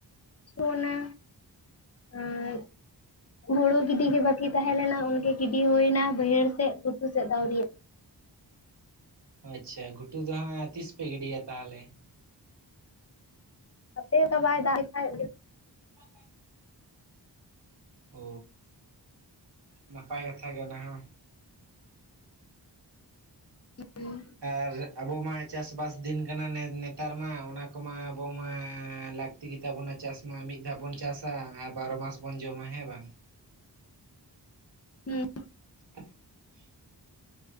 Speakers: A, on the left; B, on the right.
A: ᱥᱚᱱᱟ᱾ ᱟᱸ ᱦᱳᱲᱩ ᱜᱤᱰᱤ ᱜᱮ ᱵᱟᱠᱤ ᱛᱟᱦᱮᱸ ᱞᱮᱱᱟ ᱚᱱᱟ ᱜᱮ ᱜᱤᱰᱤ ᱦᱩᱭᱮᱱᱟ ᱵᱟᱹᱭᱦᱟᱹᱲ ᱥᱮᱫ ᱜᱷᱩᱴᱩ ᱥᱮᱫ ᱫᱟ ᱟᱣᱨᱤᱭᱟᱜᱼᱟ
B: ᱚ ᱟᱪᱪᱷᱟ ᱜᱷᱩᱴᱩ ᱫᱚ ᱦᱟᱸᱜ ᱛᱤᱥ ᱯᱮ ᱜᱤᱰᱤᱭᱟ ᱛᱟᱦᱚᱞᱮ?
A: ᱦᱟᱯᱮ ᱫᱚ ᱵᱟᱭ ᱫᱟᱜ ᱞᱮᱠᱷᱟᱡᱼᱼ
B: <inaudible> ᱚ ᱱᱟᱯᱟᱭ ᱠᱟᱛᱷᱟ ᱠᱟᱱᱟ ᱜᱮ ᱚᱱᱟ ᱦᱚᱸ
A: ᱦᱩᱸ
B: ᱟᱨ ᱟᱵᱚᱢ ᱢᱟ ᱪᱟᱥ-ᱵᱟᱥ ᱫᱤᱱ ᱠᱟᱱᱟ ᱱᱮᱛᱟᱨ ᱢᱟ ᱚᱱᱟ ᱠᱚᱢᱟ ᱟᱵᱚ ᱢᱟ ᱞᱟᱠᱛᱤᱼᱼ ᱛᱮᱜᱤ ᱛᱵᱚᱱᱟ ᱪᱟᱥ ᱢᱟ ᱢᱤᱫ ᱫᱷᱟᱣ ᱵᱚᱱ ᱪᱟᱥᱟ ᱟᱨ ᱵᱟᱨᱚ ᱢᱟᱥ ᱵᱚᱱ ᱡᱚᱢᱟ ᱦᱮᱸ ᱵᱟᱝ?
A: ᱦᱮᱸᱻ
B: <inaudible>